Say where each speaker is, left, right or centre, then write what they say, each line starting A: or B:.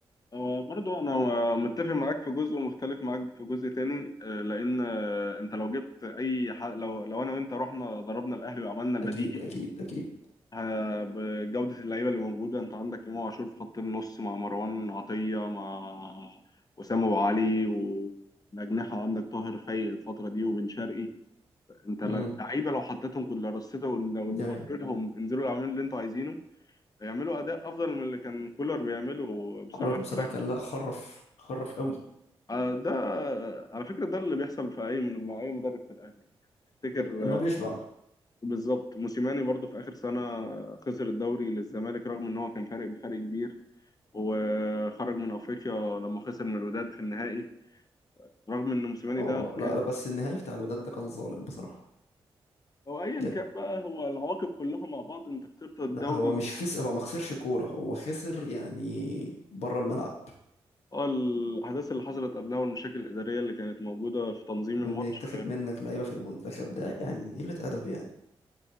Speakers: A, on the left; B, on the left.
A: هو برضه انا متفق معاك في جزء ومختلف معاك في جزء تاني آه، لان آه، انت لو جبت اي ح... لو لو انا وانت رحنا ضربنا الاهلي وعملنا
B: اكيد
A: البديهي
B: اكيد اكيد
A: ه- بجوده اللعيبه اللي موجوده انت عندك امام عاشور في خط النص مع مروان عطيه مع وسام ابو علي والاجنحه عندك طاهر خي الفتره دي وبن شرقي انت ل-
B: امم
A: لعيبه لو حطيتهم كل رصيتهم ولو
B: ده
A: قلت
B: يعني
A: لهم انزلوا اعملوا اللي انتوا عايزينه هيعملوا اداء افضل من اللي كان كولر بيعمله بصراحه
B: كولر بصراحة
A: الفرق
B: كان لا خرف خرف قوي
A: آه، ده على فكرة ده اللي بيحصل في أي مع أي مدرب في الأهلي تفتكر
B: ان هو
A: آه،
B: بيشبع
A: بالظبط موسيماني برضو في آخر سنة خسر الدوري للزمالك رغم إن هو كان فارق بفرق كبير وخرج من أفريقيا لما خسر من الوداد في النهائي رغم إن موسيماني
B: اه
A: ده كان-
B: لا لا بس النهائي بتاع الوداد ده كان ظالم بصراحة
A: هو أيا
B: يعني
A: كان بقى هو العواقب كلها مع بعض أنت خسرت الدوري
B: لا هو مش خسر هو ما خسرش كورة هو خسر يعني بره الملعب
A: اه الأحداث اللي حصلت قبلها والمشاكل الإدارية اللي كانت موجودة في تنظيم
B: وان
A: الماتش
B: يتاخد منك لعيبة في المنتخب ده يعني قلة ادب يعني